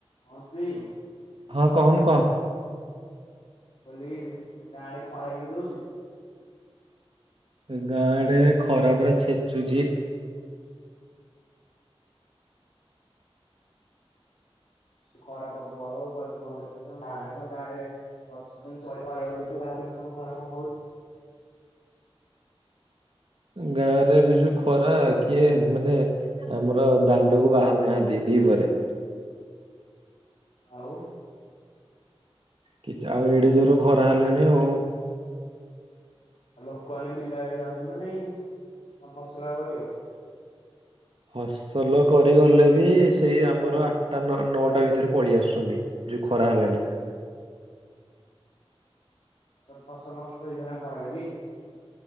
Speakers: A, on the left; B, on the right.
A: ହଁ ସେଇଁ
B: ହଁ କହୁନୁ କହ।
A: କହିଲି ଗାଁଆଡେ ଖରା କେମିତି ହଉଛି?
B: ଗାଁଆଡେ ଖରା ପୁରା ଛେଚୁଛି।
A: ଖରା ପ୍ରବଳ ଆଉ ଘ ଘରୁ ଗେ ଗାଁରେ କ ଗାଁରେ <inaudible> ବୋଲି ଗାଁ ଖ କଣ ହଉଛି।
B: ଗାଁ ରେ ଏବେ ଯଉ ଖରା କିଏ ମାନେ ଆମର ଦାଣ୍ଡ କୁ ବାହାରୁ ନାହାଁନ୍ତି ଦିପରେ।
A: ଆଉ।
B: କିଛି ଆଉ ଏଡେ ଜୋର ଖରା ହେଲାଣି ଆଉ।
A: ଆଉ ଲୋକମାନେ ବିଲ ଆଡେ ଯାଉଛନ୍ତି ନା ନାଇଁ ତମେ ଫସଲ ଆଉ କରିବାକୁ?
B: ଫସଲ କରିଗଲେ ବି ସେଇ ଆମର ଆଠଟା ନଅଟା ଭିତରେ ପଳେଇ ଆସୁଛନ୍ତି। ଯୋଉ ଖରା ହେଲାଣି।
A: ଆଉ ତ ଫସଲ ନଷ୍ଟ ହେଇଯାଏ ନା ଖରାରେ ବି।